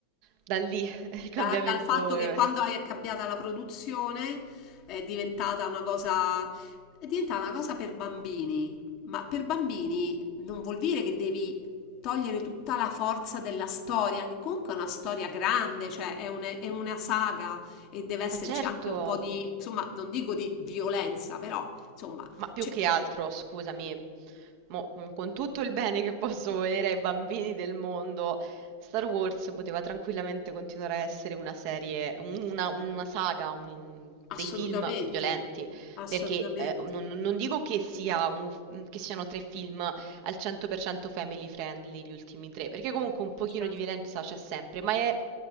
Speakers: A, on the right; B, on the left.
A: da lì, <laughs> il cambiamento...
B: da- dal fatto che
A: eh,
B: quando
A: s-
B: è cambiata la produzione è diventata una cosa, è diventata una cosa per bambini, ma per bambini non vuol dire che devi togliere tutta la forza della storia, che comunque è una storia grande, cioè è, un- è una saga e deve esserci
A: Ma certo,
B: anche un po' di, insomma, non dico di violenza, però insomma,
A: ma più
B: c'è-
A: che altro, scusami, Mo, mm, con tutto il bene che posso volere ai bambini del mondo, Star Wars poteva tranquillamente continuare a essere una serie, un- una, una saga, un- dei
B: assolutamente,
A: film violenti,
B: assolutamente,
A: perché eh, non, non dico che sia un- che siano tre film al 100% family friendly, gli ultimi tre, perché comunque un pochino
B: certo.
A: di violenza c'è sempre, ma è,